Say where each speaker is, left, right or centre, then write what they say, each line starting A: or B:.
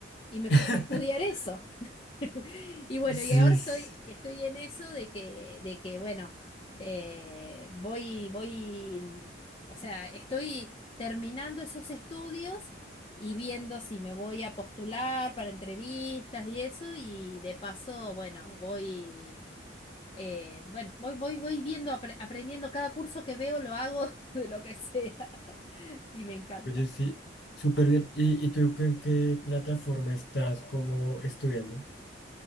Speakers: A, on the left; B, on the left.
A: y me
B: <laughs>
A: puse a estudiar eso. <laughs> Y bueno,
B: Sí,
A: y ahora
B: sí.
A: estoy, estoy en eso de que, de que bueno, eh, voy, voy, mm, o sea, estoy terminando esos estudios y viendo si me voy a postular para entrevistas y eso, y de paso, bueno, voy, eh, bueno, voy, voy, voy viendo, apre- aprendiendo cada curso que veo, lo hago <laughs> de lo que sea, <laughs> y me encanta.
B: oye, sí, súper bien. ¿Y, y tú en qué plataforma estás como estudiando?